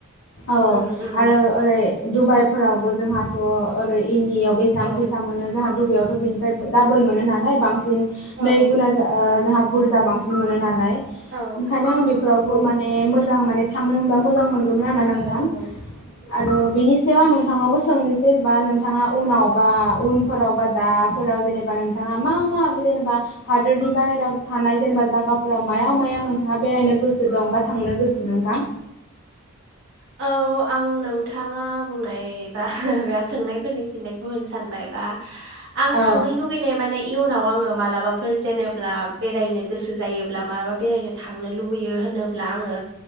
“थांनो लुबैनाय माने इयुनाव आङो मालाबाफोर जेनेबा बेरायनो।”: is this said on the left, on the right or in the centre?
Right